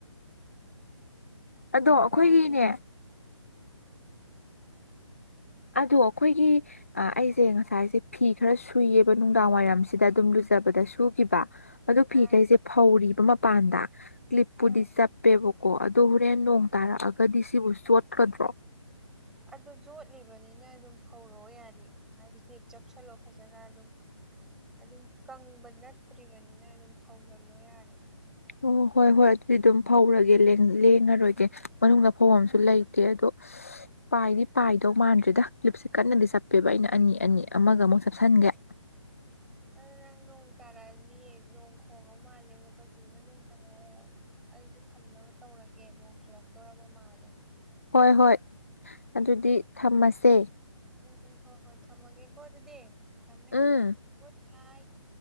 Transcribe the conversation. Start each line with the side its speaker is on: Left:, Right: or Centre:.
Left: ꯑꯗꯣ ꯑꯩꯈꯣꯏꯒꯤꯅꯦ
Centre: ꯇꯧꯔꯤꯁꯦ
Left: ꯑꯗꯣ ꯑꯩꯈꯣꯏꯒꯤ ꯑꯥ ꯑꯩꯁꯦ ꯉꯁꯥꯏꯁꯦ ꯐꯤ ꯈꯔ ꯁꯨꯏꯌꯦꯕ ꯅꯨꯡꯗꯥꯡ ꯋꯥꯏꯔꯝꯁꯤꯗ ꯑꯗꯨꯝ ꯂꯨꯖꯕꯗ ꯁꯨꯈꯤꯕ ꯑꯗꯨ ꯐꯤꯈꯩꯁꯦ
Centre: ꯑꯥ
Left: ꯐꯧꯔꯤꯕ ꯃꯄꯥꯟꯗ ꯀ꯭ꯂꯤꯞꯄꯨꯗꯤ
Centre: ꯑꯥ
Left: ꯆꯞ ꯄꯦꯕꯀꯣ ꯑꯗꯣ ꯍꯣꯔꯦꯟ ꯅꯣꯡ ꯇꯥꯔꯛꯑꯒꯗꯤ ꯁꯤꯕꯨ ꯆꯣꯠꯀꯗ꯭ꯔꯣ
Centre: ꯑꯗꯨ ꯆ‌ꯣꯠꯂꯤꯕꯅꯤꯅ ꯑꯗꯨꯝ ꯐꯧꯔ‌ꯣ ꯌꯥꯔꯦ ꯍꯥꯏꯗꯤ ꯀ꯭ꯂꯤꯞ ꯆꯞꯁꯜꯂꯣ ꯐꯖꯅ ꯑꯗꯨꯝ ꯑꯗꯨꯝ ꯀꯪꯕ ꯅꯠꯇ꯭ꯔꯤꯕꯅꯤꯅ ꯑꯗꯨꯝ ꯐꯧꯖꯤꯜꯂꯣ ꯌꯥꯔꯦ
Left: ꯑꯣ ꯍꯣꯏ ꯍꯣꯏ ꯑꯗꯨꯗꯤ ꯑꯗꯨꯝ ꯐꯧꯔꯒꯦ ꯂꯦꯡꯉꯔꯣꯏꯒꯦ ꯃꯅꯨꯡꯗ ꯐꯧꯕꯝꯁꯨ ꯂꯩꯇꯦ ꯑꯗꯣ ꯄꯥꯏꯗꯤ ꯄꯥꯏꯗꯧ ꯃꯥꯟꯗ꯭ꯔꯦꯗ ꯀ꯭ꯂꯤꯞꯁꯤ ꯀꯟꯅꯗꯤ ꯆꯠꯄꯦꯕ ꯑꯩꯅ ꯑꯅꯤ ꯑꯅꯤ ꯑꯃꯒ ꯑꯃꯨꯛ ꯆꯞꯁꯤꯟꯒꯦ
Centre: ꯑꯗꯨ ꯅꯪ ꯅꯣꯡ ꯇꯥꯔꯛꯑꯅꯤꯌꯦ ꯅꯣꯡ ꯈꯣꯡꯉ ꯃꯥꯜꯂꯦ ꯑꯃꯨꯛꯖꯨ ꯃꯅꯨꯡ ꯆꯪꯉꯛꯑꯣ ꯑꯩꯖꯨ ꯊꯝꯅꯕ ꯇꯧꯔꯒꯦ ꯅꯣꯡ ꯆꯨꯔꯛꯇꯧꯔꯕ ꯃꯥꯜꯂꯦ
Left: ꯍꯣꯏ-ꯍꯣꯏ ꯑꯗꯨꯗꯤ ꯊꯝꯃꯥꯁꯦ
Centre: ꯎꯝ ꯍꯣꯏ-ꯍꯣꯏ ꯊꯝꯃꯒꯦꯀꯣ ꯑꯗꯨꯗꯤ ꯊꯝꯃꯦ
Left: ꯎꯝ
Centre: ꯒꯨꯗ ꯅꯥꯏꯠ